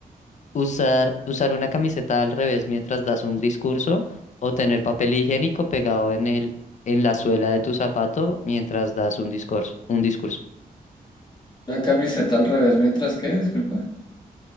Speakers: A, on the left (about 50°); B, on the left (about 30°).
A: usar, usar una camiseta al revés mientras das un discurso o tener papel higiénico pegado en el, en la suela de tu zapato mientras das un discurso, un discurso.
B: La camiseta al revés, mientras que, disculpa.